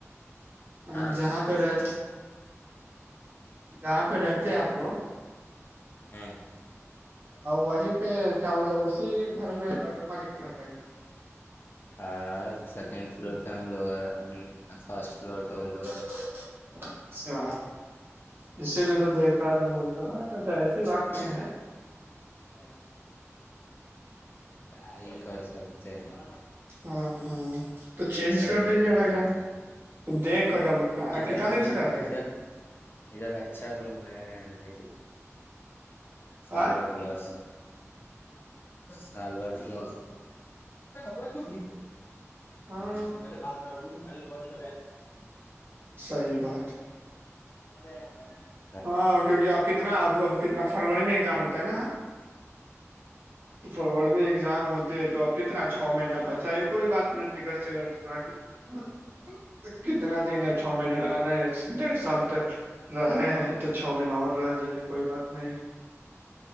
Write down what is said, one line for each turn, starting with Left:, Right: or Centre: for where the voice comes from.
Right: اور
Left: ہاں
Right: جہاں پہ رہ جاں پہ رہتے آپ وہ
Left: ہاں
Right: وہیں پہ کیا بولتے اسی گھر میں روم ل کے جتا ہے کیا
Left: ہاں سیکنڈ فلور پہ ہم لوگ ہیں فرسٹ فلور پہ وہ لوگ
Right: اچھا اسی لیے تو دیکھتا ہے تو بولتا ہوں میں ایسی بات
Left: <inaudible>
Right: نہیں ہے
Left: کیا ہی کر سکتے ہیں
Right: ہاں ہاں تو چینج
Left: یہ سب
Right: کر
Left: دیکھنا
Right: دیجیے بھائی
Left: پڑتا
Right: جان تو دیکھ کر دب اتنا
Left: ادھر
Right: کتنا
Left: ملنا
Right: دن سے رہتے ہیں
Left: ادھر ادھر اچھا روم ہے ن سال
Right: آ
Left: پلس سالور پلس ب ج
Right: ہاں
Left: ہ پہل بات روم بند
Right: صحیح بات
Left: اوررو ج ہے
Right: ہاں کیونکہ آپ کتنا اب کتنا فروری میں ایگزام ہوتا ہے نا فروری میں ایزام ہوتے ہے تو اب کتنا چھ مہینہ بچ سے کوئی بات نتی کرتے گ کتنا دن یا چھو مہینہ رہنا ہے ڈیڑھ سال تک رہے ہیں تو چھو مہینہ اور رہ جائیے کوئی بات نہیں